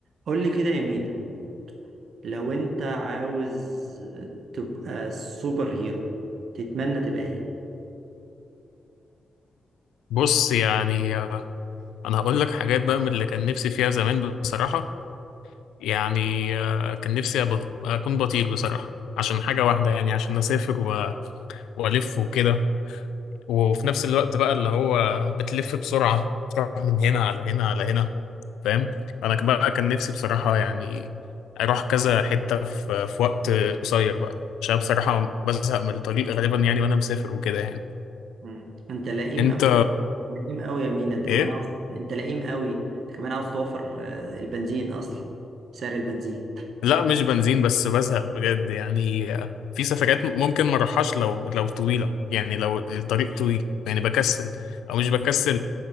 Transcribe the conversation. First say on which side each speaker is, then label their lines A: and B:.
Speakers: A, on the right; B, on the left.
A: قول لي كده يا مينا لو انت عاوز تبقى سوبر هيرو تتمنى تبقى ايه
B: بص يعني آه، انا هقول لك حاجات بقى من اللي كان نفسي فيها زمان بصراحة يعني آه، كان نفسي أبقى- اكون بطير بصراحة عشان حاجة واحدة يعني عشان اسافر و- والف وكده وفي نفس الوقت بقى اللي هو بتلف بسرعة تروح من هنا على هنا على هنا فاهم انا ك- بقى كان نفسي بصراحة يعني اروح كذا حتة في في وقت قصير بقى عشان بصراحة بزهق من الطريق غالبا يعني وانا مسافر وكده يعني
A: مم. انت لئيم
B: انت
A: قوي لئيم قوي يا مينا انت كمان
B: ايه
A: عاوز انت لئيم قوي انت كمان عاوز توفر آه، البنزين اصلا سعر البنزين
B: لا مش بنزين بس بزهق بجد يعني آه، في سفرات ممكن ما اروحهاش لو لو طويله يعني لو الطريق طويل يعني بكسل او مش بكسل